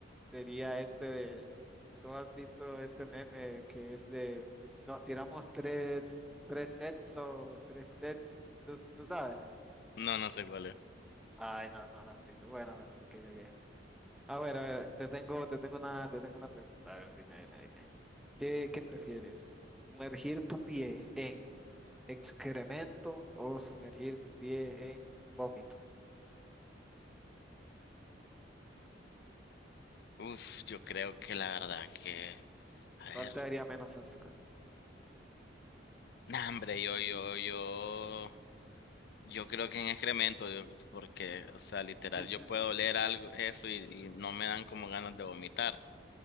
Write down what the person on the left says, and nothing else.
No, no sé cuál es.
Uf, yo creo que la verdad que, a ver,
nah, hombre, yo, yo, yo, yo creo que en excremento, yo- porque, o sea, literal,
yo puedo oler algo, eso, y, y no me dan como ganas de vomitar.